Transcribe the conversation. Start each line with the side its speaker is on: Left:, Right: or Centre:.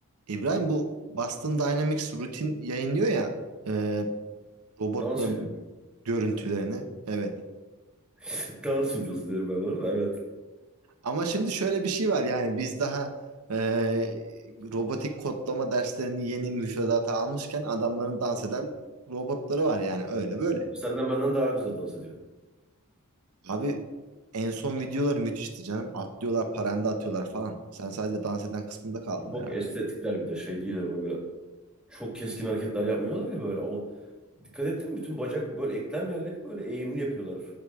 Right: İbrahim bu Boston Dynamics rutin yayınlıyor ya e, robotların
Centre: Dans videoları.
Right: görüntülerini. Evet.
Centre: <laughs> Dans videosu diyorum ben buna da evet.
Right: Ama şimdi şöyle bir şey var yani biz daha e, robotik kodlama derslerini yeni müfredata almışken adamların dans eden robotları var yani öyle böyle.
Centre: Senden benden daha güzel dans ediyor.
Right: Abi en son videoları müthişti canım. Atlıyorlar, paranda atıyorlar falan. Sen sadece dans eden kısmında kaldın
Centre: Çok
Right: herhalde.
Centre: estetikler bir de şey değil de böyle çok keskin hareketler yapmıyorlar ya böyle. O, dikkat ettin mi? Bütün bacak böyle eklem yerleri böyle eğimli yapıyorlar.